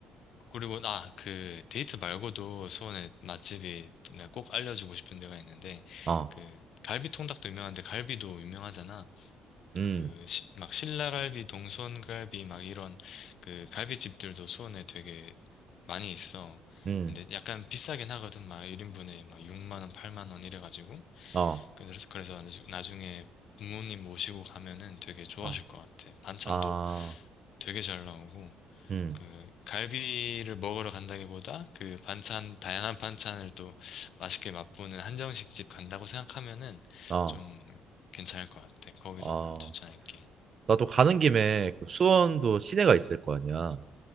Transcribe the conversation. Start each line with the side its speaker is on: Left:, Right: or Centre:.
Left: 그리고 나 그 데이트 말고도 수원에 맛집이 또 내가 꼭 알려주고 싶은 데가 있는데
Right: 어,
Left: 그 갈비 통닭도 유명한데 갈비도 유명하잖아.
Right: 음,
Left: 그, 시, 막 신라갈비, 동수원갈비, 막 이런 그 갈비집들도 수원에 되게 많이 있어.
Right: 음,
Left: 근데 약간 비싸긴 하거든. 막 1인분에 막 6만 원, 8만 원 이래가지고.
Right: 어,
Left: 그래서, 그래서 나중- 나중에 부모님 모시고 가면은 되게 좋아하실
Right: 어,
Left: 것 같아. 반찬도
Right: 아,
Left: 되게 잘 나오고.
Right: 음,
Left: 그 갈비를 먹으러 간다기보다 그 반찬, 다양한 반찬을 또 맛있게 맛보는 한정식집 간다고 생각하면은
Right: 어,
Left: 좀 괜찮을 것 같아. 거기서
Right: 어.
Left: 내가 추천할게.
Right: 나도 가는 김에 그 수원도 시내가 있을 거 아니야.